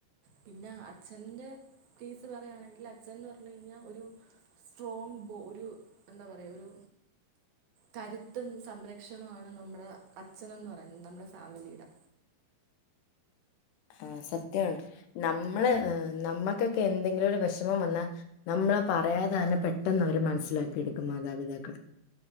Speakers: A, on the right; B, on the left.
A: പിന്നെ അച്ഛൻ്റെ ഫീസ് പറയാണെങ്കിൽ അച്ഛൻന്ന് പറഞ്ഞ് കഴിഞ്ഞാൽ ഒരു സ്ട്രോങ് ബോ ഒരു എന്താ പറയ ഒരു കരുത്തും സംരക്ഷണമാണ് നമ്മുടെ അച്ഛനന്ന് പറയുന്നത് നമ്മുടെ ഫാമിലിയുടെ
B: ആഹ സത്യണ് നമ്മള് നമ്മുക്കൊക്കെ എന്തെങ്കിലും ഒരു വിഷമം വന്നാ നമ്മള് പറയാതെന്നെ പെട്ടെന്ന് അവര് മനസ്സിലാക്കി എടുക്കും മാതാപിതാക്കൾ